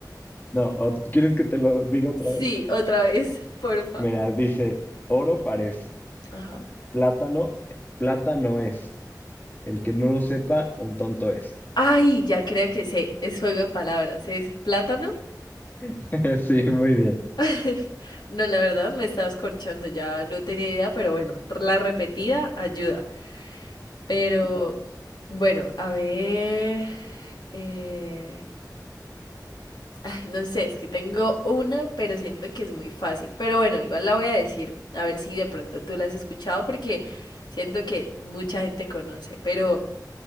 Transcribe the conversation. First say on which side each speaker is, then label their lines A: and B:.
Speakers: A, on the left; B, on the left.
A: No, o- ¿quieres que te lo diga otra
B: Sí,
A: vez?
B: otra vez, porfa.
A: Mira, dice, oro parece,
B: Ajá.
A: plátano, eh, plata no es. El que no lo sepa, un tonto es.
B: Ay, ya creo que sé, es juego de palabras, es plátano.
A: <laughs> Sí, muy bien.
B: <laughs> No, la verdad me estabas corchando, ya no tenía idea, pero bueno, la repetida ayuda. Pero bueno, a ver. eh, Ay, no sé, es que tengo una, pero siento que es muy fácil. Pero bueno, igual la voy a decir, a ver si de pronto tú la has escuchado, porque siento que mucha gente conoce, pero